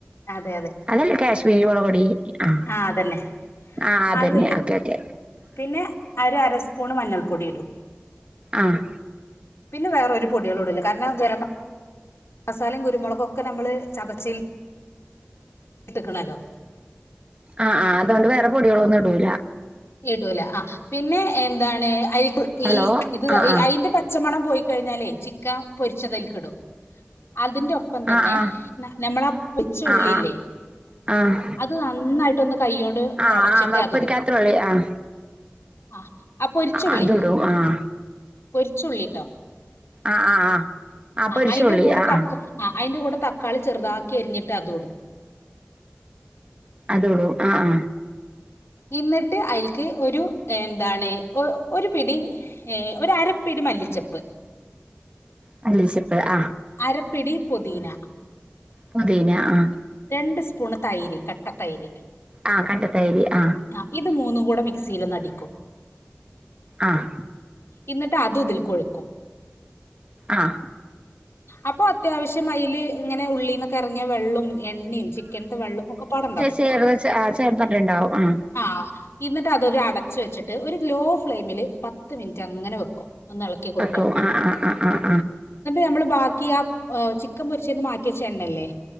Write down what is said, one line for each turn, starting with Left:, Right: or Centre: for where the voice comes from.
Left: അതെ അതെ
Right: അതല്ലേ കാശ്മീരി മൊളപൊടി ആഹ്
Left: ആ അതന്നെ
Right: ആഹ് അതന്നെ
Left: അത് ഇടും
Right: ഓക്കെ ഒക്കെ
Left: പിന്നെ ഒരു അരസ്പൂണ് മഞ്ഞൾപ്പൊടി ഇടും.
Right: ആഹ്
Left: പിന്നെ വേറൊരു പൊടിയാളുടെ ഇല്ലെ കാരണം. മസാലം കുരുമുളകുകൊക്കെ നമ്മള് ചതച്ചിൽ കിട്ടക്കണല്ലോ.
Right: ആഹ് ആഹ് അതുകൊണ്ട് വേറെ പൊടികളൊന്നും ഇടുല്ലാ.
Left: ഇടൂല ആഹ് പിന്നെ എന്താണ് അയി
Right: ഹലോ
Left: ഈ ഇത്
Right: ആഹ്
Left: അതിന്റെ പ ചച്ചമണം പോയി കഴിഞ്ഞാലേ ചിക്ക പൊരിച്ചതിൽക്കിടും. അതിന്റെ ഒപ്പം തന്നെ
Right: ആഹ് ആഹ്
Left: നമ്മളാ കൊച്ച് ഉള്ളില്ലേ.
Right: ആഹ് ആഹ് ആഹ്
Left: അത് നന്നായിട്ടൊന്ന് കൈ്യോണ്ട്
Right: ആഹ്
Left: ഒടച്ചിട്ട്
Right: ആഹ്
Left: അതിടും.
Right: പൊരിക്കാത്തുള്ളി ആഹ്
Left: ആഹ് ആഹ് പൊരിച്ചുള്ളി
Right: അതിടും ആഹ്
Left: പൊരിച്ചുള്ളിട്ടോ.
Right: ആഹ് ആഹ് ആഹ് ആഹ് പൊരിച്ചോള്ളി
Left: അയിന്റെ കൂടെ
Right: ആഹ്.
Left: തക്ക ആഹ് അതിന്റെ കുടെ തക്കളി ചെറുതാക്കി അരിഞ്ഞിട്ട് അതൂടും.
Right: അതോള്ളൂ ആ ആ
Left: എന്നിട്ട് അൽക്ക് ഒരു എന്താണ് ഒരു പിടി ഏ ഒരു അരപ്പീടി മല്ലിച്ചപ്പ്
Right: മല്ലിച്ചപ്പ് ആ
Left: അരപ്പിടി പൊദീന
Right: പൊതീന ആഹ
Left: രണ്ട് സ്പൂണ് തൈര് കട്ട തൈര്
Right: ആ കട്ട തൈര് ആ
Left: ആ ഇത് മൂന്നും കൂടെ മിക്സിൽ ഒന്ന് അടിക്കും
Right: ആഹ
Left: എന്നിട്ട് അതും ഇതിൽ ഒഴിക്കും
Right: ആഹ
Left: അപ്പൊ അത്യാവശ്യം അയില് ഇങ്ങനെ ഉള്ളന്ന് ഇറങ്ങിയ വെള്ളും എണ്ണയും ചിക്കനത്തെ വെള്ള ഒക്കെ പാടുണ്ടാവോ
Right: ചേർത് ചേർന്നട്ടണ്ടാവും ആ
Left: ആ എന്നിട്ട് അതൊരു അടച്ച വെച്ചിട്ട് ഒരു ലോ ഫ്ലെയിമില് പത്ത് മിനിറ്റ് അങ്ങനെ വെക്കും ഒന്ന് ഇളക്കി കൊടുക്ക
Right: വെക്കും
Left: ഇടക്കട
Right: ആഹ് ആഹ് ആഹ് ആഹ്
Left: നമ്മള് ബാക്കി ആ ചിക്കൻ പൊരിച്ചന്ന് മാറ്റി വെച്ച എണ്ണല്ലേ